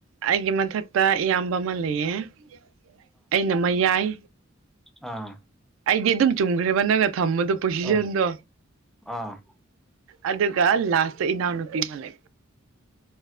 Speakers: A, on the right (about 65°); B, in the centre.
A: ꯑꯩꯒꯤ ꯃꯊꯛꯇ ꯏꯌꯥꯝꯕ ꯑꯃ ꯂꯩꯌꯦ <unintelligible> ꯑꯩꯅ ꯃꯌꯥꯏ
B: ꯑ
A: ꯑꯩꯗꯤ ꯑꯗꯨꯝ ꯆꯨꯝꯈ꯭ꯔꯦꯕ ꯅꯪꯅ ꯊꯝꯕꯗꯣ ꯄꯣꯁꯤꯁꯟꯗꯣ
B: ꯑꯥ ꯑꯥ
A: ꯑꯗꯨꯒ ꯂꯥꯁꯇ ꯏꯅꯥꯎ <unintelligible>